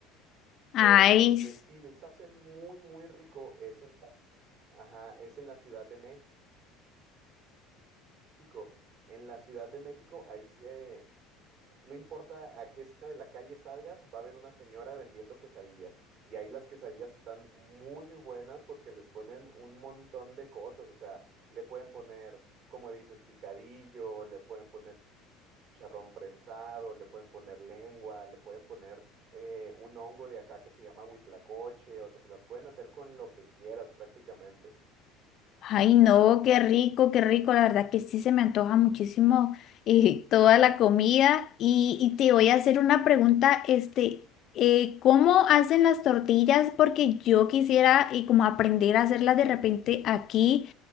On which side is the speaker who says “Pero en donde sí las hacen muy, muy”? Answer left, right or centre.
Right